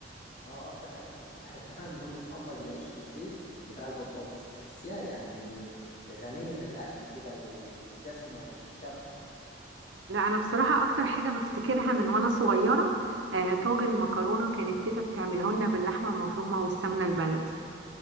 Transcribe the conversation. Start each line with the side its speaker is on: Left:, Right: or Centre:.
Left: اه أكتر حاجة كنت بحبها <laughs> إن أمي تحمر العيش في الزيت بتاع البطاطس تحسيها يعني غنية بالأكل كده ودسمة وبتشبع
Right: لا انا بصراحه اكتر حاجه بفتكرها من وانا صغيره آه طاجن مكرونه كانت تيتا بتعمله لنا باللحمه المفرومه والسمنه البلدي